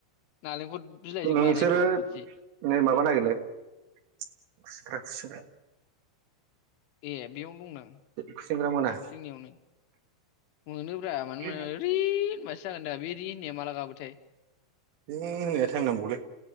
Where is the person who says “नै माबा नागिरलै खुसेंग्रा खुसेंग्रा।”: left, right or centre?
Right